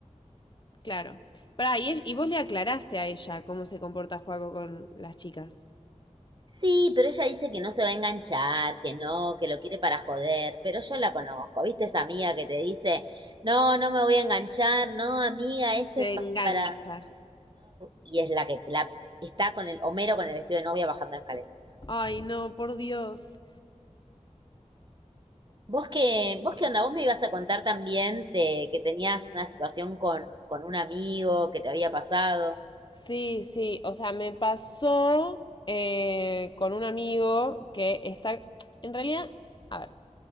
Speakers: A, on the left; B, on the right.
A: claro. Pará, y, ell- y vos le aclaraste a ella cómo se comporta Juaco con las chicas.
B: Sí, pero ella dice que no se va a enganchar, que no, que lo quiere para joder, pero yo la conozco, ¿viste esa amiga que te dice, no, no me voy a enganchar, no, amiga, esto
A: Se
B: es pa-
A: engancha.
B: para... Y es la que la, está con el Homero con el vestido de novia bajando la escalera.
A: Ay, no, por Dios.
B: ¿Vos qué, vos qué onda? Vos me ibas a contar también de que tenías una situación con, con un amigo que te había pasado.
A: Sí, sí, o sea, me pasó eh, con un amigo que está, en realidad, a ver,